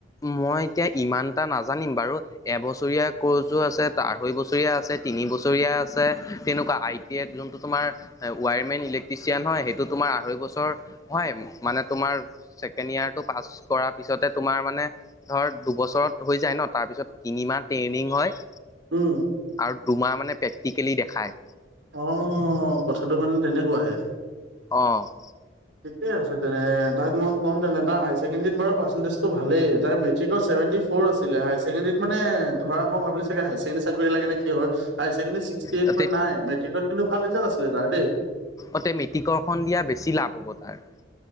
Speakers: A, on the left; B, on the right.
A: মই এতিয়া ইমান এটা নাজানিম বাৰু এবছৰীয়া কৰ্চো আছে, আঢ়ৈ বছৰীয়া আছে, তিনি বছৰীয়া আছে। আছে তেনেকুৱা আই টি এড যোনটো তোমাৰ ৱায়াৰমেন ইলেক্ট্ৰিচিয়ান হয়, সেইটো তোমাৰ আঢ়ৈ বছৰ মই মানে তোমাৰ ছেকেণ্ড ইয়াৰ টো পাছ কৰা পিছতে তোমাৰ মানে ধৰ দুবছৰত হৈ যায় ন, তাৰপিছত তিনিমাহ ট্ৰেইনিং হয়।
B: উম'
A: আৰু দুমাহ মানে প্ৰেক্টিকেলি দেখায়।
B: অ'হ কথাটো মানে তেনেকুৱাহে।
A: অ'
B: ঠিকে আছে তেনে তাক মই ক'ম তেনে তাৰ হাই ছেকেণ্ডেৰীত বাৰু পাৰ্চেন্টেজ টো ভালেই, তাৰ মেট্ৰিকৰ ছেভেটি ফ'ৰ আছিলে, হাই ছেকেণ্ডেৰীত মানে ধৰা মই ভাবিলোঁ চাগে হাই ছেকেণ্ডেৰীত এড ভিয়েৰ লাগে নে কি হয়? হাই ছেকেণ্ডৰিত ছিক্স পিয়েৰদ
A: তাতে
B: টো‌ নাই, মেট্ৰিকত কিন্তু ভাল ৰিজাল্ট আছিলে তাৰ।
A: অতে মেটিককৰ্ষণ দিয়া বেছি লাভ হ'ব তাৰ।